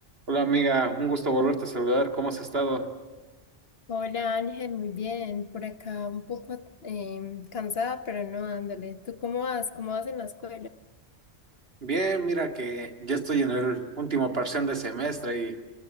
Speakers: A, on the right; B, on the left.
A: Hola amiga, un gusto volverte a saludar. ¿Cómo has estado?
B: Hola Ángel, muy bien. Por acá un poco em, cansada, pero no dándole. ¿Tú cómo vas? ¿Cómo vas en la escuela?
A: Bien, mira que ya estoy en el último parcial de semestre y